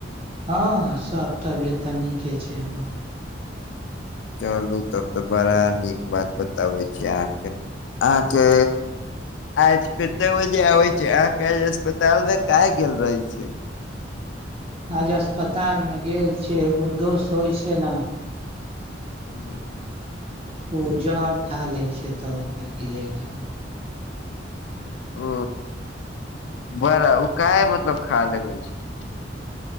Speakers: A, on the right; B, on the left.
A: हँ सभ तबियते नीके छै हमर।
B: चलू तब तऽ बड़ा नीक बात बताबै छी अहाँके अहाँके आज कते बजे आबै छै अहाँके अस्पतालमे क गेल रहै छै।
A: आज अस्पतालमे गेल छियै एगो दोस्त होइ छै ने।
B: ह्म।
A: ओ जड़ खा लै छै तऽ ओकरेके ले छै।
B: ओ बड़ा ओ काह मतलब खा लेबै छै।